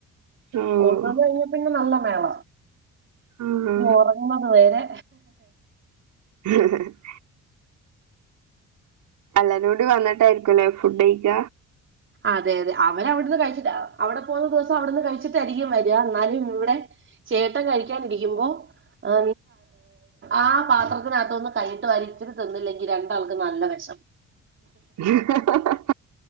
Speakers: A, on the right (about 75°); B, on the right (about 40°).
A: ഓഹ്
B: കോട്ടട് കഴിഞ്ഞപ്പിന്നെ നല്ല മേള
A: ഉം
B: ഇനി ഉറങ്ങതു വരെ
A: <inaudible> എല്ലാരും കൂടി വന്നിട്ടായിരിക്കും അല്ലേ ഫുഡ് കഴിക്ക
B: അതെ അതെ അവര് അവിടുന്ന് കഴിച്ചിട്ട അവിടെ പോകുന്ന ദിവസം അവിടുന്ന് കഴിച്ചിട്ടായിരിക്കും വരിക എന്നാലും ഇവിടെ ചേട്ടൻ കഴിക്കാനിരിക്കുമ്പോ <unintelligible> ആഹ് പാത്രത്തിനകത്തൊന്നും കൈയിട്ട് വാരി ഇച്ചിരി തിന്നില്ലെങ്കിൽ രണ്ടാൾക് നല്ലവ <inaudible>
A: <inaudible>